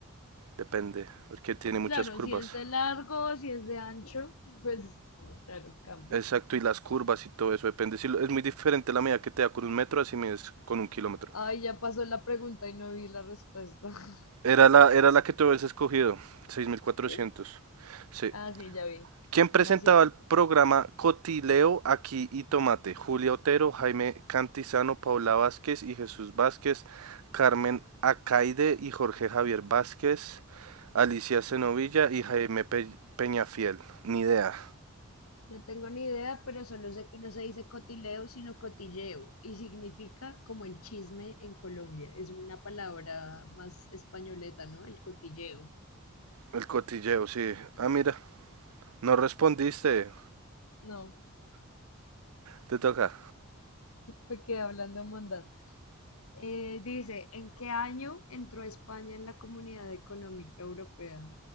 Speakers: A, on the right (about 80°); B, on the left (about 75°).
A: Depende, porque tiene muchas
B: Claro,
A: curvas.
B: si es de largo, si es de ancho, pues claro, cambia.
A: Exacto, y las curvas y todo eso depende. Si lo- es muy diferente la medida que te da con un metro, así mides con un kilómetro.
B: Ay, ya pasó la pregunta y no vi la respuesta. <laughs>
A: Era la, era la que tú habías escogido, seis mil cuatrocientos
B: ¿Sí?
A: Sí.
B: Ah, sí, ya vi.
A: ¿Quién presentaba
B: Un acierto.
A: el programa Cotileo aquí y Tomate? Julia Otero, Jaime Cantizano, Paula Vázquez y Jesús Vázquez, Carmen Acaide y Jorge Javier Vázquez, Alicia Cenovilla y Jaime Pe- Peñafiel. Ni idea.
B: No tengo ni idea, pero solo sé que no se dice cotileo, sino cotilleo, y significa como el chisme en Colombia. Es una palabra más españoleta, ¿no? El cotilleo.
A: El cotilleo, sí. Ah, mira, no respondiste.
B: No,
A: Te toca.
B: me quedé hablando mondad. Eh, dice, ¿en qué año entró España en la Comunidad Económica Europea?